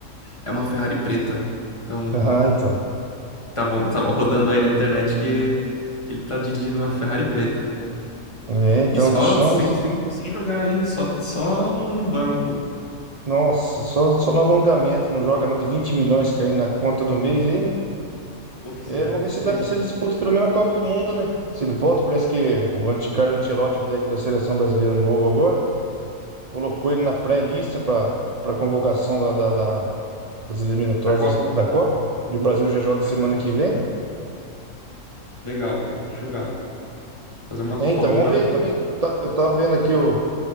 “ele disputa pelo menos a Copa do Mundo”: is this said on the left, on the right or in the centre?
Right